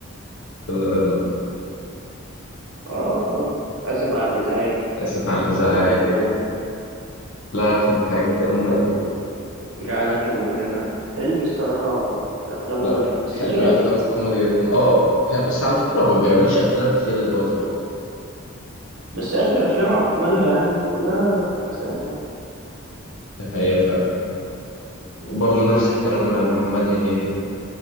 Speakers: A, on the left; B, on the right.
A: كده رضا
B: اه اسف على الازعاج
A: اسف على الازعاج
B: زكي شان
A: لا كان حاجة جامدة قوي
B: جعلتني مجرما حلمي الصراحه كانت افلامه
A: لا
B: جامده بس
A: حلمي
B: كانت
A: افلام الكوميدي جدا اه كان- بس على فكرة هو ما بيعملش افلام كتير دلوقتي برضه
B: بس اخر افلام عملها يعني كلها فكسانه
A: دي حقيقة فعلا
B: يعني
A: وبرضه
B: مش ب...
A: نفس الكلام مع
B: مش
A: محمد هنيدي